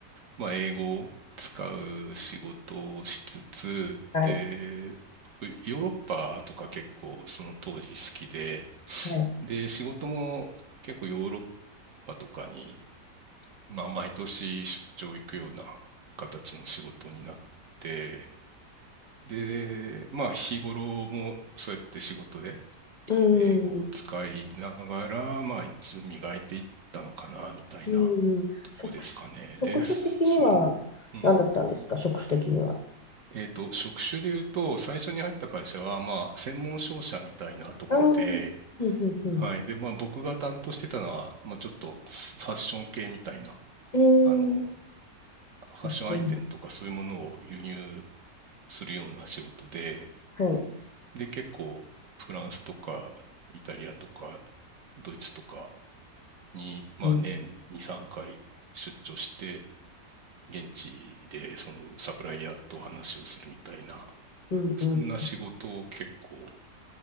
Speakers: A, on the right (about 55°); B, on the left (about 50°).
A: まあ英語を使う仕事をしつつ、
B: はい。
A: で、僕ヨーロッパとか結構その当時好きで、
B: はい。
A: で、仕事も結構ヨーロッパとかに、まあ毎年出張行くような形の仕事になって、で、まあ日頃もそうやって仕事で
B: うん。
A: 英語を使いながら、まあ一応磨いていったのかな、みたいなとこですかね。
B: うん。職種、職種的には何だったんですか職種的には。
A: で、その、うん。えっと、職種で言うと、最初に入った会社は、まあ、専門商社みたいなところで、
B: ああ。うんうんうん。
A: はい。で、まあ、僕が担当してたのは、まあ、ちょっとファッション系みたいな、
B: えー。
A: あの、ファッションアイテムとかそういうものを輸入
B: かっこいい
A: するような仕事で、
B: はい。
A: で、結構、フランスとか、イタリアとか、ドイツとか、に、まあ、
B: うん、
A: 年2、3回出張して、現地でそのサプライヤーと話をするみたいな、
B: うん、
A: そんな仕事を結構、
B: うん。